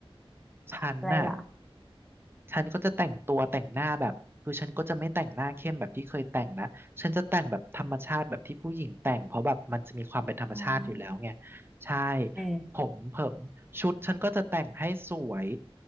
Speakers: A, on the right; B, in the centre.
A: ฉันน่ะ
B: อะไรล่ะ
A: ฉันก็จะแต่งตัวแต่งหน้าแบบคือฉันก็จะไม่แต่งหน้าเข้มแบบที่เคยแต่งนะฉันจะแต่งแบบธรรมชาติแบบที่ผู้หญิงแต่งเพราะแบบมันจะมีความเป็นธรรมชาติอยู่แล้วไง
B: อ่า
A: ใช่
B: เออ
A: ผมเผมชุดฉันก็จะแต่งให้สวย